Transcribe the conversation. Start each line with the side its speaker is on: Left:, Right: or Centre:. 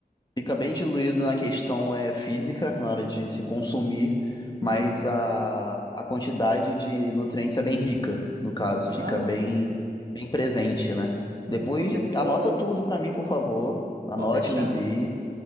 Left: Fica bem diluído na questão é, física, na hora de se consumir, mas
Right: Uhum,
Left: a, a quantidade de nutrientes é bem rica, no caso,
Right: claro.
Left: fica bem, bem presente, né?
Right: Porque
Left: Depois
Right: se você for.
Left: anota tudo pra mim, por favor. Anote,
Right: Pode deixar.
Left: me envie.